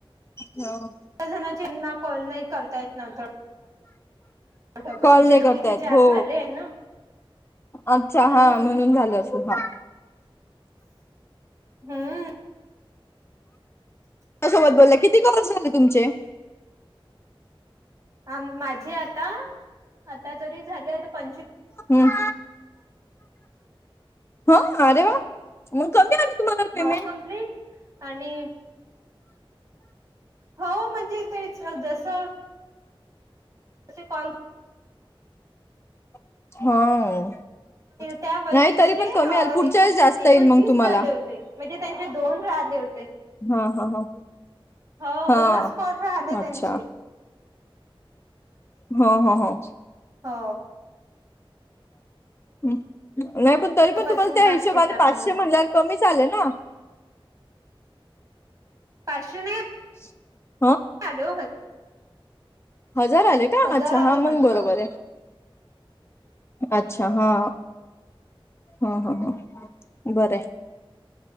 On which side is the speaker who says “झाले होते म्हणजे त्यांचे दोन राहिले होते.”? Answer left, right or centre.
Right